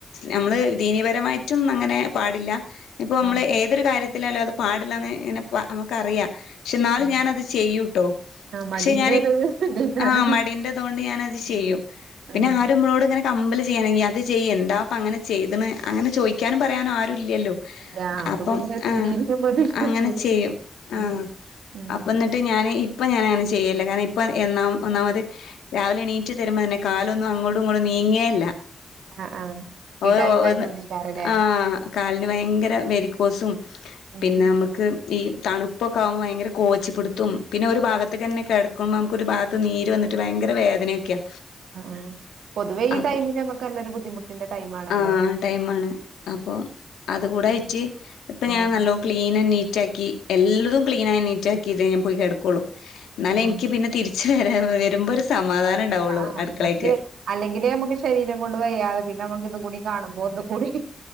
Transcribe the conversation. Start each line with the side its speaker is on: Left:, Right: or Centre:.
Left: നമ്മള്
Right: ആഹ്
Left: ദീനീപരമായി മ അങ്ങനെ പാടില്ല ഇപ്പ നമ്മള്.
Right: ആഹ്
Left: തൊരു കാര്യത്തിലായാലും അത് പാടില്ലന്ന് ഇങ്ങനെപ്പ നമുക്കറിയാ പക്ഷെ എന്നാലും
Right: ആഹ്
Left: ഞാൻത് ചെയ്യൂട്ടോ.
Right: ആഹ് മടിന്റെത്
Left: പക്ഷെ ഞാൻ
Right: ഇതേക്കാരം
Left: ആ് മടിന്റെതൊണ്ട് ഞനത് ചെയ്യും
Right: ആഹ്
Left: പിന്നെ
Right: ആഹ്
Left: ആരും. നമ്മളോട് ഇങ്ങനെ കമ്പല് ചെയ്യനിങ്ങിഎന്താ അപ്പ അങ്ങനെ ചെയ്ത് ണ് അങ്ങനെ ചോയ്ക്കാനും പറയാനും ആരും ഇല്ലല്ലോ.
Right: ഇല്ല അപ്പൊ
Left: അപ്പം
Right: പിന്നെ തിരിയുമ്പോത്തിന്
Left: ആ അങ്ങനെ
Right: നിക്കൂല
Left: ചെയ്യും ആ
Right: ഉം ഉം
Left: അപ്പന്നിട്ട് ട്ട് ഇപ്പൊ ഞാന് ഇപ്പം ഞാനങ്ങനെ ചെയ്യലില്ല കാരണം ഇപ്പ ഒന്നാമത്. രാവിലെ നീറ്റ് വരുമ്പോന്നെ കാലൊന്നും അങ്ങോട്ടും ഇങ്ങോട്ടും നീങ്ങേയേല്ല.
Right: ആഹ് ആഹ്
Left: ഓന്ന്
Right: ഈ ടൈം ആയതോണ്ടേക്കാരല്ലേ
Left: ആഹ. കാലിന് ഭയങ്കര വരിക്കോസും
Right: ഉം
Left: പിന്നെ നമ് ക്ക് ഈ തണുപ്പൊക്കെആകുമ്പോൾ ഭയങ്കര കോച്ചിപുട്ത്തും പിന്നെ ഒരു ഭാഗത്ക്കന്നെ കിട ആക്ക് നമുക്കൊ ഒരു ഭാഗത്ത്നീര് വന്നിട്ട് ഭയങ്കര വേദനയൊക്കെയാ.
Right: ആ ആ പൊതുവെ ഈ
Left: അപ്പൊ
Right: ടൈമില് നമക്ക് നല്ലരു ബുദ്ധിമുട്ടിന്റെ ടൈംമാണല്ലോ.
Left: ആഹ് ടൈമാണ് അപ്പം അത് കടെ ഇട്ട് ഇപ്പ ഞാൻ
Right: ആഹ്
Left: നല്ലോ ക്ലീൻ ആൻഡ് നീറ്റ ആക്കി. എല്ലതും ക്ലീന ആയി നീറ്റ് ആക്കിയിറ്റെ ഞാൻ പോയി കെടക്കോളൂ എന്നാലെ
Right: ആഹ്
Left: എനിക്ക് പിന്നെ തിരിച്ച് വരാ വരുമ്പോര് സമാധാനം ഉണ്ടാവുള്ളൂ
Right: ആഹ്
Left: അട്ക്കളേക്ക്.
Right: മറ്റേ അല്ലെങ്കിലേ നമുക്ക് ശരീരം കൊണ്ട് വയ്യാതെ പിന്നെ നമ്മുക്ക് ഇതും കൂടി കാണുമ്പോ ഒന്നും കൂടി.